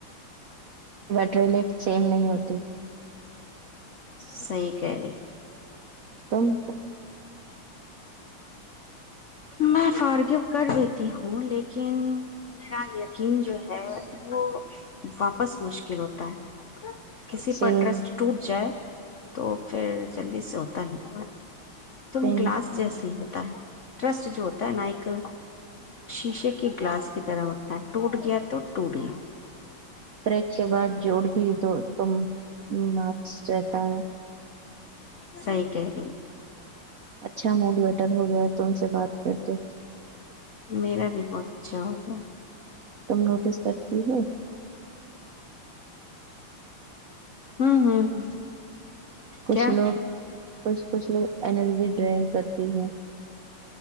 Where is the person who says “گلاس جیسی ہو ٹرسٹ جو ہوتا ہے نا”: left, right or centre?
Left